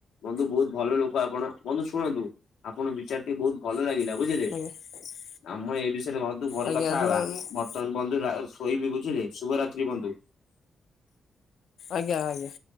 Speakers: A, on the left; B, on the left.
A: ବନ୍ଧୁ ବହୁତ ଭଲ ଲୋକ ଆପଣ ବନ୍ଧୁ ଶୁଣନ୍ତୁ ଆପଣଙ୍କ ବିଚାରଟି ବହୁତ୍ ଭଲ ଲାଗିଲା
B: ଆଜ୍ଞା।
A: ବୁଝିଲେ। ଆମ ଏଇ ବିଷୟରେ ବନ୍ଧୁ ପରେ
B: ଆଜ୍ଞା
A: କଥା
B: ରୁହ
A: ହବା
B: ଆଜ୍ଞା
A: ବର୍ତ୍ତମାନ ବନ୍ଧୁ ରା- ଶୋଇବି ବୁଝିଲେ ଶୁଭରାତ୍ରି ବନ୍ଧୁ।
B: ଆଜ୍ଞା- ଆଜ୍ଞା।